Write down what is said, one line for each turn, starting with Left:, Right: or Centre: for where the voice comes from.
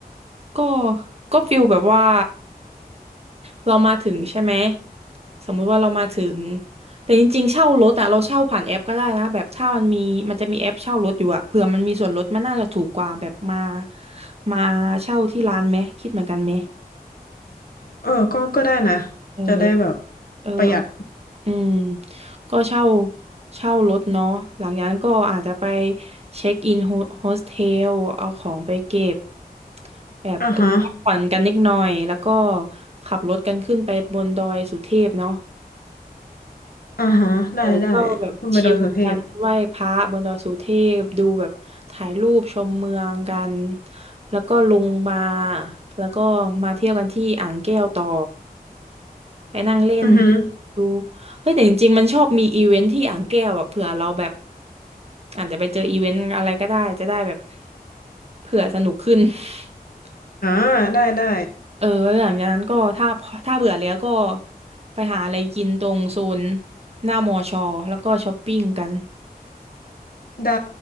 Right: ก็ก็ฟิลแบบว่าเรามาถึงใช่ไหมสมมุติว่าเรามาถึงแต่จริงๆเช่ารถอ่ะเราเช่าผ่านแอปก็ได้นะแบบถ้ามันมีมันจะมีแอปเช่ารถอยู่อะเผื่อมันมีส่วนลดมันน่าจะถูกกว่าแบบมามาเช่าที่ร้านไหมคิดเหมือนกันไหม
Left: เออก็ก็ได้นะ
Right: เออ
Left: จะได้แบบ
Right: เออ
Left: ประหยัด
Right: อืมก็เช่าเช่ารถเนาะหลังจากนั้นก็อาจจะไปเช็คอินโฮสเทลเอาของไปเก็บแบบเออพักผ่อนกันนิดหน่อยแล้วก็
Left: อ่าฮะ
Right: ขับรถกันขึ้นไปบนดอยสุเทพเนาะ
Left: อ่าฮะได้ได้
Right: เออก็แบบชิลกันไหว้พระบนดอยสุเทพดูแบบถ่ายรูปชมเมืองกัน
Left: คุณไปดอยสุเทพ
Right: แล้วก็ลงมาแล้วก็มาเที่ยวกันที่อ่างแก้วต่อ ไปนั่งเล่น
Left: อือฮึ
Right: ดู เฮ้ยแต่จริงๆมันชอบมีอีเวนท์ที่อ่างแก้วอะเผื่อเราแบบอาจจะไปเจออีเวนต์อะไรก็ได้จะได้แบบเผื่อสนุกขึ้น <laughs>
Left: อ่าได้ได้
Right: เออแล้วหลังจากนั้นก็ถ้าถ้าเบื่อแล้วก็ไปหาอะไรกินตรงโซนหน้ามอชอแล้วก็ช้อปปิ้งกัน
Left: ได้